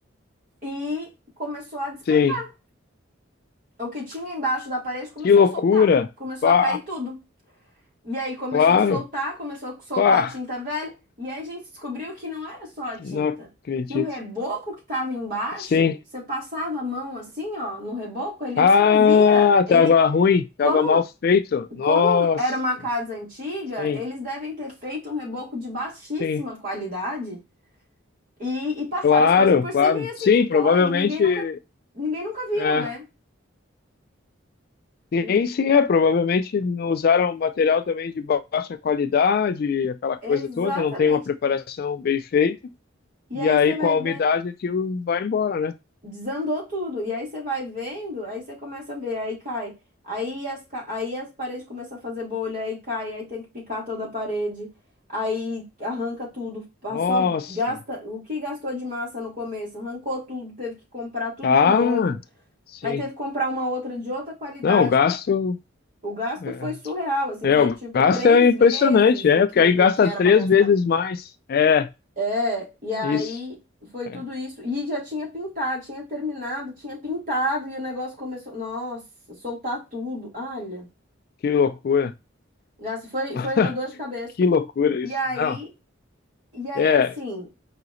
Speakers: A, on the right; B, on the left.
A: e começou a despencar.
B: Sim.
A: O que tinha embaixo da parede começou
B: Que loucura!
A: a soltar, começou
B: Pá,
A: a cair tudo. E aí começou
B: claro.
A: a soltar, começou a soltar
B: Pá,
A: a tinta velha, e aí a gente descobriu que não era só a tinta,
B: não acredito.
A: que o reboco que estava embaixo,
B: Sim.
A: você passava a mão assim, ó, no reboco, ele
B: Ah,
A: desfazia. Ele,
B: tava ruim,
A: como,
B: tava mal feito. Nossa.
A: como era uma casa antiga,
B: Sim,
A: eles devem ter feito um reboco de baixíssima
B: sim.
A: qualidade e, e passaram
B: Claro,
A: as coisas por
B: claro.
A: cima e assim
B: Sim,
A: ficou,
B: provavelmente.
A: e ninguém nunca, ninguém nunca viu,
B: É.
A: né?
B: Sim,
A: E-
B: sim, é. Provavelmente não usaram material também de ba- baixa qualidade, aquela coisa
A: exatamente.
B: toda, não tem uma preparação bem feita.
A: E
B: E
A: aí
B: aí,
A: você vai
B: com a
A: vendo
B: umidade, aquilo vai embora, né?
A: Desandou tudo. E aí você vai vendo, aí você começa a ver, aí cai. Aí as, ca- aí as paredes começam a fazer bolha, aí cai, aí tem que picar toda a parede, aí arranca tudo, passou,
B: Nossa.
A: gasta o que gastou de massa no começo, arrancou tudo, teve que comprar tudo
B: Ah,
A: de novo,
B: sim.
A: aí teve que comprar uma outra de outra qualidade.
B: Não, o gasto.
A: O gasto
B: É.
A: foi surreal, assim, foi
B: É, o
A: tipo
B: gasto
A: três
B: é impressionante,
A: vezes
B: é,
A: o que,
B: porque aí gasta
A: o que era
B: três
A: para gastar.
B: vezes mais. É,
A: É, e aí
B: isso.
A: foi
B: É.
A: tudo isso. E já tinha pintado, tinha terminado, tinha pintado, e o negócio começou, nossa, soltar tudo. Olha,
B: Que loucura.
A: gasta- foi,
B: <laughs>
A: foi uma dor de cabeça.
B: Que loucura
A: E
B: isso.
A: aí,
B: Não.
A: e aí
B: É,
A: assim,